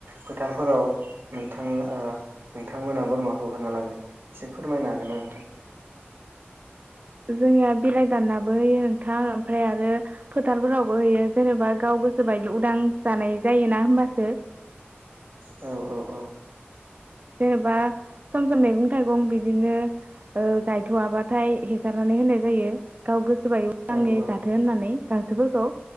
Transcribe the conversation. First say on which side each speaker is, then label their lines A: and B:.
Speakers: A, on the right; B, on the right.
A: फोथारफोराव नोंथां ओ नोंथांमोना बोरमाखौ होना लाङो एसे फोरमायनो हागोन ना नोंथां?
B: जोंनिया बिलाइ दाननाबो होयो नोंथां ओमफ्राय आरो फोथारफोरावबो होयो जेनेबा गाव गोसोबायदि उदां जानाय जायोना होमबासो ।
A: औ औ औ ।
B: जेनेबा सम सम मैगं थाइगं बिदिनो ओ गायथ'आबाथाय हेगारनानै होनाय जायो गाव गोसोबायदि उदाङै
A: औ औ
B: जाथो होननानै गांसोफोरखौ ।